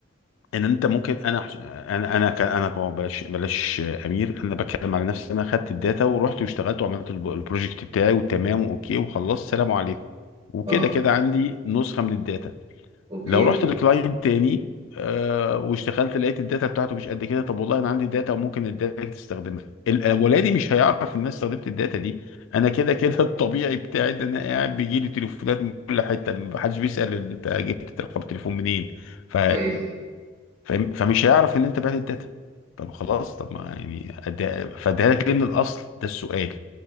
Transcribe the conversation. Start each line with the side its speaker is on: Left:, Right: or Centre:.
Left: ان انت ممكن انا انا انا ك- انا كو- بلاش بلاش امير انا بتكلم على نفسي انا خدت الداتا ورحت واشتغلت وعملت الب- البروجكت بتاعي وتمام واوكي وخلصت سلام عليكم وكده
Right: اه
Left: كده عندي نسخه من الداتا
Right: اوكي
Left: لو رحت لكلاينت تاني آه، واشتغلت لقيت الداتا بتاعته مش قد كده طب والله انا عندي داتا وممكن الداتا تستخدمها الاولاني مش هيعرف ان انا استخدمت الداتا دي انا كده كده <laughs> الطبيعي بتاعي ان انا قاعد بيجي لي تليفونات من كل حته محدش بيسال انت جبت رقم التليفون منين ف...
Right: ايوه
Left: ف... فمش هيعرف ان انت بعت الداتا طب خلاص طب ما يعني أدي... فاديها لك ليه من الاصل ده السؤال